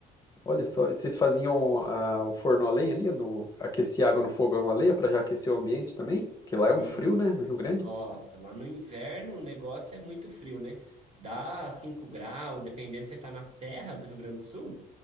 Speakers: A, on the left (about 20°); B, on the right (about 40°).
A: olha só, vocês faziam ah, o forno a lenha ali, no, aquecer água no fogão a lenha para já aquecer o ambiente também? Que
B: Sim.
A: lá é um frio, né? No Rio Grande.
B: Nossa, lá no inverno o negócio é muito frio, né? Dá 5 graus, dependendo se você tá na serra do Rio Grande do Sul.